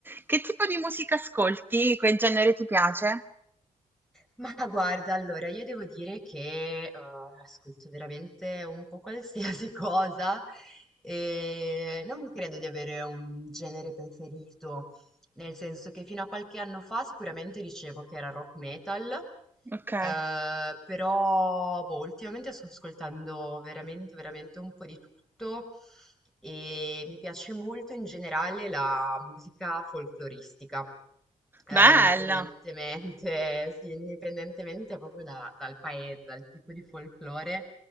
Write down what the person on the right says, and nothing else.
Che tipo di musica ascolti? Che genere ti piace?
Okay.
Bella.